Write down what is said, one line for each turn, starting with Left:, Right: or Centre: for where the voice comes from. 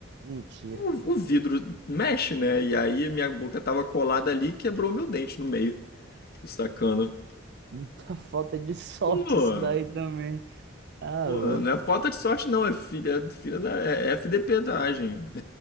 Right: Mentira.
Left: O, o vidro mexe, né? E aí minha boca tava colada ali e quebrou meu dente no meio. O sacana.
Right: Muita <laughs> falta de sorte
Left: Pô,
Right: isso daí também. Tá
Left: pô,
Right: louco.
Left: não é falta de sorte, não. É filha, é filha da é FDP-dragem.